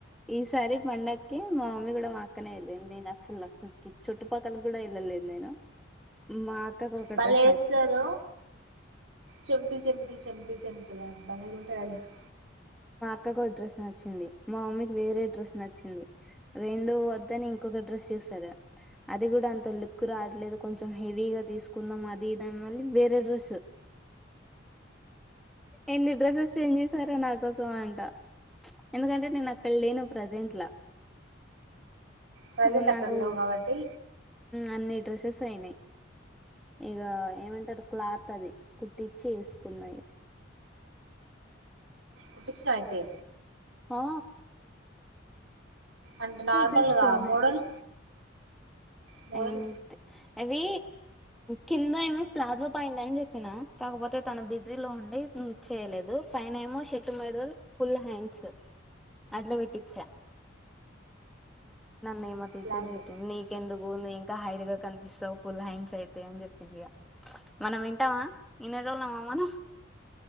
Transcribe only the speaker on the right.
బలేస్సరు
చెబ్బి చెబ్బి చెబ్బి చెం <unintelligible>
ప్రజెంట్
అక్కడ లేవు గావట్టి
పుటించనా ఐయితే
అండ్ నార్మల్గా
మోడల్ ఫోన్
ప్లాజో